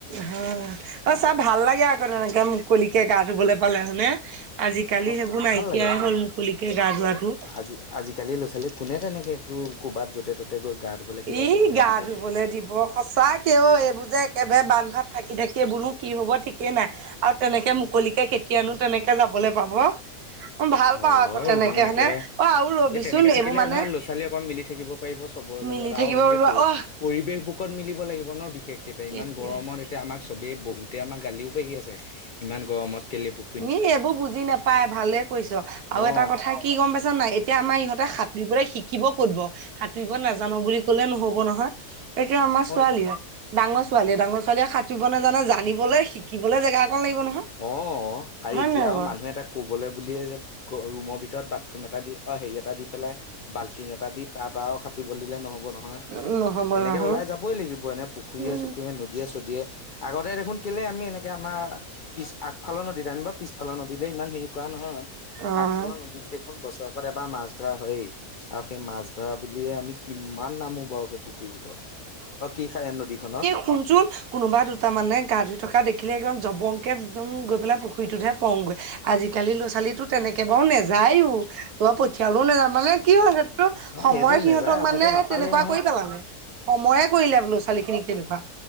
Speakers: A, on the right; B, on the left.
A: হা অই চা ভাল লাগে আকৌ তেনেকে মুকলিকে গা ধুৱলৈ পালে হয়নে। আজিকালি
B: অ
A: সেইবোৰ নাইকিয়াই
B: ভাল লাগে তো
A: হ'ল মুকলিকে গা ধোৱাটো।
B: আজি আজিকালি ল'ৰা-ছোৱালী কোনে তেনেকৈ একো ক'বাত য'তে ত'তে গৈ। গা ধুবলৈ কিবা
A: ই',
B: কৰিবলৈ
A: গা
B: দিব
A: ধুৱলে দিব। সঁচাকে অ এইবোৰ যে একেবাৰে বান্ধত থাকি-থাকি বুলো কি হ'ব ঠিকে নাই। আৰু তেনেকে মুকলিকে কেতিয়ানো তেনেকে যাবলৈ পাব। ভাল
B: হয়,
A: পাওঁ আকৌ তেনেকে
B: ইমান
A: হয়নে
B: একেবাৰে
A: অ আৰু ৰবিচোন
B: এই তেনেকে থাকিলেহে
A: এইবোৰ মানে
B: ভাল ল'ৰা-ছোৱালী অকণ মিলি থাকিব পাৰিব। চবৰে লগত
A: মিলি থাকিব
B: আৰু এনেকে
A: পাৰিব
B: পৰি-পৰিবেশ
A: অহ
B: বুকত মিলিব লাগিব নহ বিশেষকেইটা
A: সেইটোৱে
B: ইমান গৰমত। ‌ আমাক চবেই বহুতে আমাৰ গালিও পাৰি আছে ইমান গৰমত কেলে পুখ
A: ই', এইবোৰ বুজি নাপাই ভালে কৈছোঁ, আৰু
B: অ
A: এটা কথা কি গ'ম পাইছোঁ নে নাই এতিয়া আমাৰ ইহঁতে সাত ৰিবলৈ শিকিব ক'ত বাৰু সাঁতুৰিব নাজানো বুলি ক'লে নহ'ব নহয়। একে আমাৰ
B: অ
A: ছোৱালীয়ে। ডাঙৰ ছোৱালীয়ে, ডাঙৰ ছোৱালীয়ে সাঁতুৰিব নেজানে জানিবলৈ শিকিবলৈ জেগা অকণ লাগিব নহয়।
B: অ', আৰু
A: হয়
B: এতিয়াও
A: নে নহয় বাৰু
B: মানুহ এটা। ক'বলৈ বুলিয়ে যে ৰুমৰ ভিতৰত বাথৰুম এটা দি অ, হেৰি এটা দি পেলাই। বাল্টিং এটা দি তাত আৰু সাঁতুৰিবলৈ দিলে নহ'ব নহ। <unintelligible>
A: নহ'ব
B: এনেকে
A: নহয়
B: ওলাই যাবই লাগিব এনে পুখুৰীয়ে-চুখুৰীয়ে,
A: উম
B: নদীয়ে-চদিয়ে। আগতে দেখোন কেলে আমি এনেকে আমাৰ। পিছ আগফালৰ নদীত আমি বা পিছফালৰ নদীলৈ ইমান হেৰি কৰা নহয়,
A: অ'।
B: আগফালৰ নদীত দেখ এখন বছৰেকত এবাৰ মাছ ধৰা হয়েই। আৰু সেই মাছ ধৰা বুলিয়ে, আমি কিমান নামো বাৰু সেই পুখুৰী বুকত। অ', কি খাই নদীখনত
A: খুচুৰ কোনোবা দুটা মানে গা ধুই থকা দেখিলে, একদম জবংকে একদম গৈ পেলাই পুখুৰীটোতহে পংগৈ আজিকালি ল'ৰা-ছোৱালীটো তেনেকে বাৰও নেযায়ও, তো, পঠিয়ালেও নাযা মানে কি হয় সহ
B: অ
A: সময়
B: সেইটোৱে
A: সিহঁতক
B: নেযায় আৰু
A: মানে
B: সিহঁতে নাপালেই
A: তেনেকুৱা
B: নহয়।
A: কৰি পেলালে সময়ে কৰিলে বোলো ছোৱালীখিনিক তেনেকুৱা।